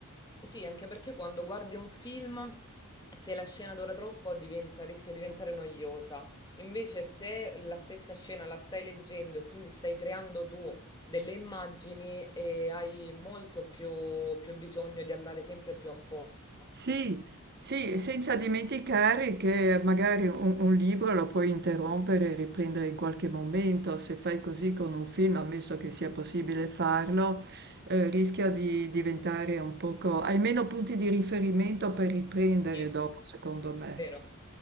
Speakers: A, on the left (about 20°); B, on the right (about 50°).
A: Sì, anche perché quando guardi un film, se la scena dura troppo diventa- rischia di diventare noiosa. Invece, se la stessa scena la stai leggendo e quindi stai creando tu delle immagini, eh, hai molto più, più bisogno di andare sempre più a fondo.
B: Sì, sì, senza dimenticare che magari un, un libro lo puoi interrompere e riprendere in qualche momento, se fai così con un film, ammesso che sia possibile farlo, eh, rischia di diventare un poco... hai meno punti di riferimento per riprendere
A: Sì,
B: dopo, secondo me.
A: vero.